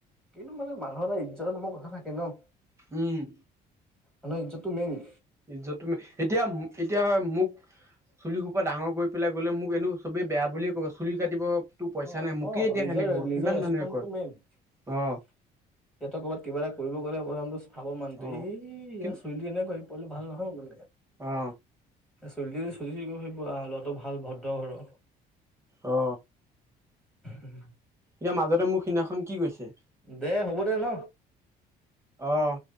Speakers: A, in the centre; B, on the right.
A: কিন্তু মানে মানুহৰ এটা ইজ্জতৰ নামৰ কথা থাকে ন।
B: উম।
A: মানুহৰ ইয'তটো মেইন।
B: ইজ্জত তুমি এতিয়া এতিয়া মোক চুলি সোপা ডাঙৰ কৰি পেলাই গ'লে মোক এনেো চবেই বেয়া বুলিয়ে ক'ব চুলি কাটিব। তো পইচা
A: অ
B: নাই মোকেই
A: অ
B: এতিয়া
A: নিজৰ
B: সেনেকে কয় কিমান
A: নিজৰ ৰেচপন্টো
B: মানুহে কয়
A: মেইন ইয়াতে
B: অ
A: কৰ'ৰবাত কিবা এটা কৰিব গ'লে প্ৰথমটো চাব মানত
B: অ
A: এই ইয়াত
B: কিন্তু
A: চই দি এনেকৈ পলো ভাল নহয়।
B: অ
A: অ উ। চলি। সুধি ভাবিব আহ ল'ৰাটো ভাল ভদ্ৰ ঘৰৰ।
B: অ।
A: উম।
B: এতিয়া মাজতে মোৰ সিদিনাখন কি গৈছে।
A: দে হ'ব দে ন।
B: অ